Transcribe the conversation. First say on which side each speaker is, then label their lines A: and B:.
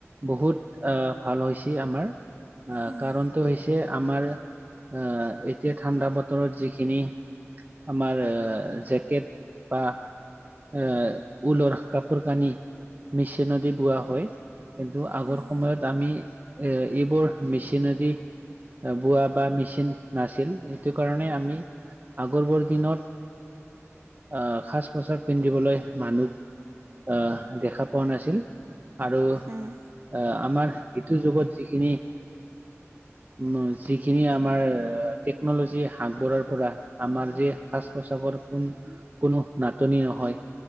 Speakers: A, on the right; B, on the right.
A: বহুত আহ ভাল হৈছি আমাৰ। আ
B: উম
A: কাৰণটো হৈছে আমাৰ আ এতিয়া ঠাণ্ডা বতৰত যিখিনি আমাৰ জেকেট বা আহ ঊলৰ কাপোৰ কানি মিচিনদী বোৱা হয়। কিন্তু আগৰ
B: হয়
A: সময়ত আমি এ এইবোৰ মেচিনদি আ বোৱা বা মেচিন নাছিল সেইটো কাৰণে আমি আগৰবৰ দিনত আ সাজ - পোছাক পিন্ধিবলৈ মানুহ আহ দেখা পোৱা নাছিল আৰু
B: উম
A: আহ আমাৰ এইটো যুগত যিখিনি উম যিখিনি আমাৰ আ টেকনলজি আগবঢ়াৰ পৰা আমাৰ যে সাজ পোছাকৰ কোন কোনো নাটনি নহয়